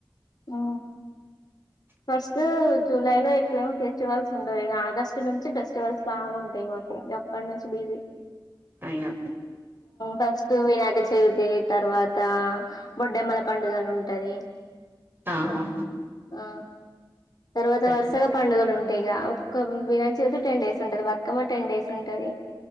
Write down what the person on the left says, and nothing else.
ఆ ఫస్ట్ జులైలో ఎవ ఫెస్టివల్స్ ఉండవు ఇక ఆగస్టు నుంచి ఫెస్టివల్స్ బాగుంటాయి మాకు పండంచ లీవి
ఫస్ట్ వినాయక చవి తి తర్వాత బొడ్డెమ్మల పండుగ అని ఉంటాంది టది
ఆ తర్వత
వర్సగా పండుగలు ఉంట టయి ఇగా ఒక్క వినాయక్ చవతి టెన్ డేస్ ఉంటది బతుకమ్మ టెన్ డేస్ ఉంటది